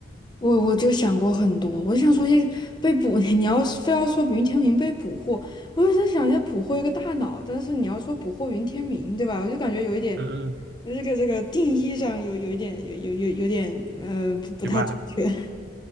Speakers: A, on the left; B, on the right.
A: 我我就想过很多，我就想说，这被捕，<laughs> 你要是非要说云天明被捕获，我就在想要捕获一个大脑，但是你要说捕获云天明，对吧？我就感觉有一点，
B: 嗯嗯，
A: 这个这个定义上有有一点有有有有点呃不不太准确。
B: 奇怪。